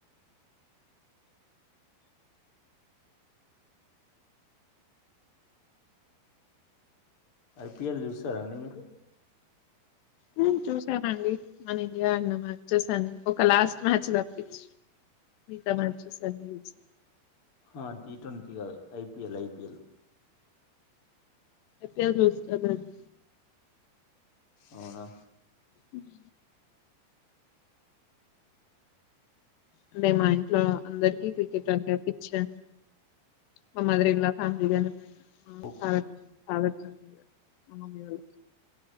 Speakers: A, on the left; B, on the left.
A: ఐపీఎల్ చూసారాండి మీరు
B: మ్మ్ చూసానండి మన ఇండియా అన్న మ్యాచెస్ అన్ని ఒక లాస్ట్ మ్యాచ్ తప్పిచ్చి మిగతా మ్యాచెస్ అన్ని చూసా.
A: హా టీ ట్వంటీ గాదు ఐపీఎల్ ఐపీఎల్
B: ఐపీఎల్ చూస్తానండి
A: అవునా
B: హ్మ్ అంటే మా ఇంట్లో అందరికి క్రికెట్ అంటే పిచ్చి అండి మా మదర్ ఇన్లా ఫ్యామిలీగాని, మా ఆ
A: ఓకే
B: చాలా నాగార్జున <unintelligible>